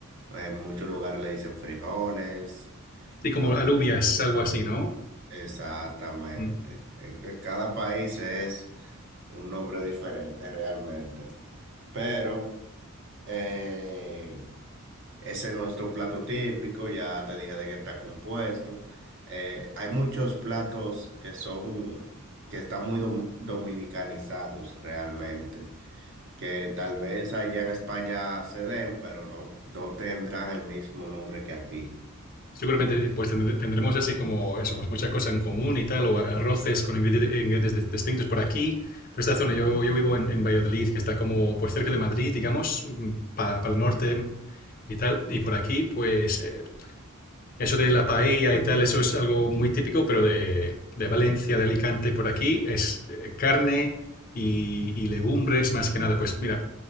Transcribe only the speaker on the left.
Sí, como
alubias, algo así, ¿no?
Mm.
Seguramente pues tendre- tendremos así como eso, pues, mucha cosa en común y tal, o a- arroces con ingredi- ingredientes dis- distintos por aquí. Por esta zona, yo, yo vivo en, en Valladolid, que está como pues cerca de Madrid, digamos, para el norte y tal. Y por aquí, pues eh, Eso de la paella y tal, eso es algo muy típico, pero de, de Valencia, de Alicante, por aquí, es eh, carne y, y legumbres más que nada. Pues mira,